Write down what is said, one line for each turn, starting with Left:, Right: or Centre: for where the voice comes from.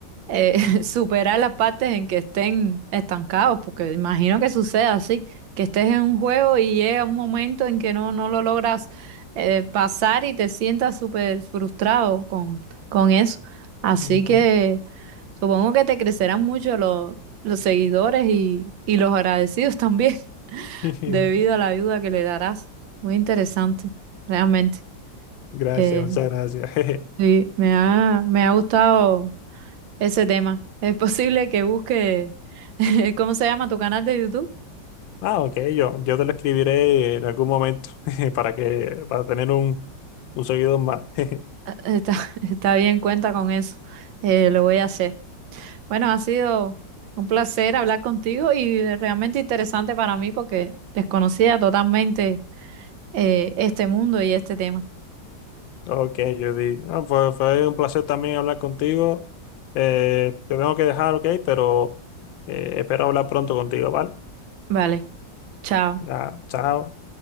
Right: eh, <laughs> superar las partes en que estén estancados, porque imagino que sucede así, que estés en un juego y llega un momento en que no, no lo logras eh, pasar y te sientas súper frustrado con, con eso. Así
Left: Ujú.
Right: que supongo que te crecerán mucho los, los seguidores y, y los agradecidos también, <laughs>
Left: <laughs>
Right: debido a la ayuda que le darás. Muy interesante, realmente.
Left: Gracias,
Right: Eh,
Left: muchas gracias. <laughs>
Right: sí, me ha, me ha gustado ese tema. Es posible que busque, <laughs> ¿cómo se llama tu canal de YouTube?
Left: Ah, ok, yo, yo te lo escribiré en algún momento <laughs> para que, para tener un, un seguidor más. <laughs>
Right: Ah, Está, <laughs> está bien, cuenta con eso. Eh, lo voy a hacer. Bueno, ha sido un placer hablar contigo y eh, realmente interesante para mí porque desconocía totalmente eh, este mundo y este tema.
Left: Ok, yo di, ah, pues fue un placer también hablar contigo. Eh, te tengo que dejar, ok, pero eh, espero hablar pronto contigo, ¿vale?
Right: Vale, chao.
Left: Ya, chao.